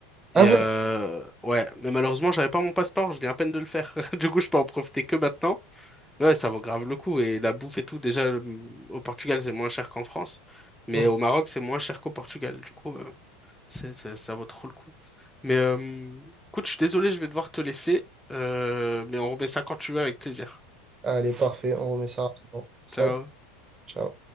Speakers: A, on the right; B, in the centre.
A: Ah
B: Et
A: ouais.
B: euh, ouais, mais malheureusement, j'avais pas mon passeport, je viens à peine de le faire. <laughs> Du coup, je peux en profiter que maintenant. Ouais, ça vaut grave le coup. Et la bouffe et tout, déjà, le- au Portugal, c'est moins cher qu'en France. Mais
A: Mhm.
B: au Maroc, c'est moins cher qu'au Portugal. Du coup, euh, C'est- Ça, ça vaut trop le coup. Mais euh, écoute, je suis désolé, je vais devoir te laisser. Euh, mais on remet ça quand tu veux avec plaisir.
A: Allez, parfait, on remet ça rapidement. Salut,
B: Ciao.
A: ciao.